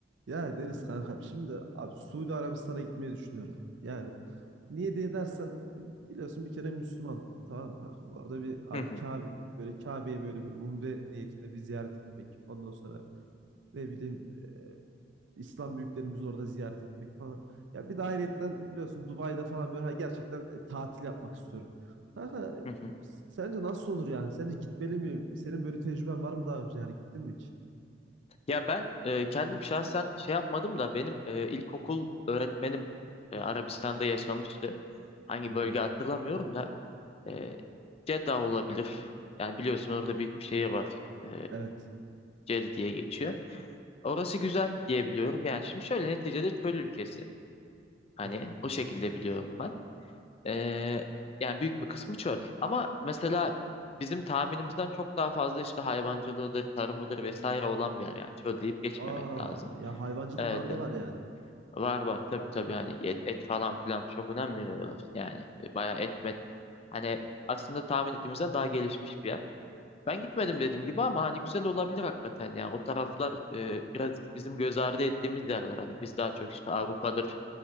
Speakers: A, on the right; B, on the left.
A: Ya Deniz kanka şimdi abi Suudi Arabistan'a gitmeyi düşünüyorum. Yani niye diye dersen e, biliyorsun bir kere Müslümanım. Tamam mı kanka? Bu arada bir
B: Hı
A: abi
B: hı,
A: Kabe böyle Kabe'yi böyle bir umre niyetinde bir ziyaret etmek. Ondan sonra ne bileyim e, İslam büyüklerimizi orada ziyaret etmek falan. Ya bir de ayrıyetten biliyorsun Dubai'de falan böyle ha, gerçekten e, tatil yapmak istiyorum. Kanka e,
B: hı hı.
A: sence nasıl olur yani? Sence gitmeli miyim? Senin böyle tecrüben var mı daha önce yani gittin mi hiç?
B: Ya ben e, kendim şahsen şey yapmadım da benim e, ilkokul öğretmenim e, Arabistan'da yaşamıştı. Hangi
A: Hı hı.
B: bölge hatırlamıyorum da e, Jeddah olabilir. Yani biliyorsun orada büyük bir şehir var. E,
A: Evet.
B: Cedi diye geçiyor. Orası güzel diye biliyorum. Yani şimdi şöyle neticede çöl ülkesi. Hani
A: Kesinlikle.
B: o şekilde biliyorum ben. Ee, yani büyük bir kısmı çöl. Ama mesela bizim tahminimizden çok daha fazla işte hayvancılığıdır, tarımıdır vesaire olan bir yer yani. Çöl deyip geçmemek
A: Aa
B: lazım.
A: ya hayvancılık
B: Evet,
A: falan da
B: evet.
A: var yani.
B: Var var tabii tabii hani et, et falan filan çok önem veriyorlar. Yani e, bayağı et met. Hani aslında tahmin ettiğimizden daha gelişmiş bir yer. Ben gitmedim dediğim gibi ama hani güzel olabilir hakikaten. Yani o taraflar e, biraz bizim göz ardı ettiğimiz yerler. Hani biz daha çok işte Avrupa'dır,